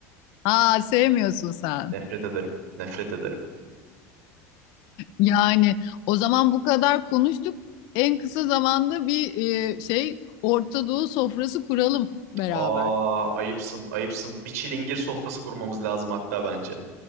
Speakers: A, on the left (about 60°); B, on the right (about 85°).
A: Aa sevmiyorsun sen.
B: Nefret ederim. Nefret ederim.
A: Yani o zaman bu kadar konuştuk. En kısa zamanda bir e, şey Orta Doğu sofrası kuralım beraber.
B: Aa ayıpsın, ayıpsın. Bir çilingir sofrası kurmamız lazım hatta bence.